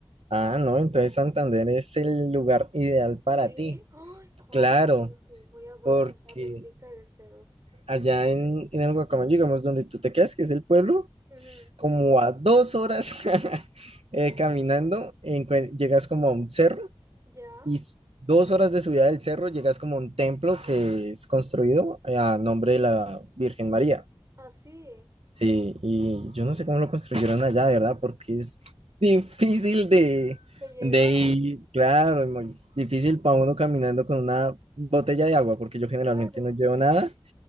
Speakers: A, on the right; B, on the right.
A: Ah, no, entonces Santander es el lugar ideal para
B: Sí.
A: ti,
B: Ay, Juan,
A: claro,
B: es que voy a, voy
A: porque
B: a anotarlo en mi lista de deseos.
A: allá en, en el Guacamayo, digamos, donde tú te quedas, que es el pueblo,
B: Ujú,
A: como a dos horas <laughs> eh, caminando, encue- llegas como a un cerro
B: Ya,
A: y s- dos horas de subida del cerro llegas como a un templo que es construido a nombre de la Virgen María.
B: así,
A: Sí, y yo no sé cómo lo construyeron allá, de ¿verdad? Porque es difícil de,
B: de llegar,
A: de ir, claro, es muy difícil para uno caminando con una botella de agua, porque yo generalmente
B: claro.
A: no llevo nada.